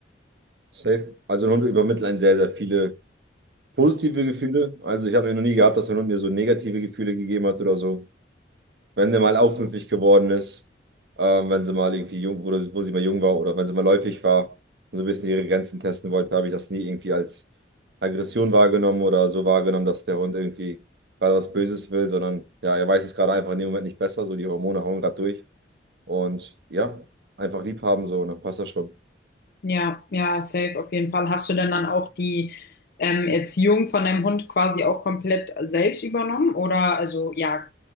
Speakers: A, on the right (about 60°); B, on the left (about 55°).
A: Safe. Also ein Hund übermittelt einen sehr, sehr viele positive Gefühle. Also ich habe noch nie gehabt, dass ein Hund mir so negative Gefühle gegeben hat oder so. wenn sie mal aufmüpfig geworden ist, ähm, wenn sie mal irgendwie jung, wo, wo sie mal jung war oder wenn sie mal läufig war und so ein bisschen ihre Grenzen testen wollte, habe ich das nie irgendwie als Aggression wahrgenommen oder so wahrgenommen, dass der Hund irgendwie gerade was Böses will, sondern ja, er weiß es gerade einfach in dem Moment nicht besser, so die Hormone hauen gerade durch und ja, einfach lieb haben so und dann passt das schon.
B: Ja, ja, safe auf jeden Fall. Hast du denn dann auch die ähm, Erziehung von deinem Hund quasi auch komplett selbst übernommen? Oder also ja,